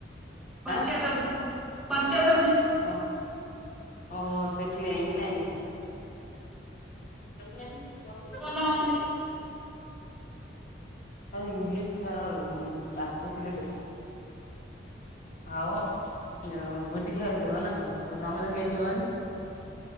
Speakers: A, in the centre; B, on the left.
A: ପଞ୍ଚାୟତ
B: ହାଁ
A: ଅଫିସ ପଞ୍ଚାୟତ ଅଫିସ
B: କଣ ଓହୋ ସେଠି ଯାଇକି ନାଇଁ। କ <unintelligible>
A: ମୁଁ <unintelligible>
B: ଇଂଲିଶ୍ ତାର ମୁଁ ଡାକୁଥିଲି ଲେ ଆଉ ଯ ଭୋଜି ଖାଇବାକୁ ଯିବ ନା କଣ ତ ତମେ ତ କେହି ଯିବନି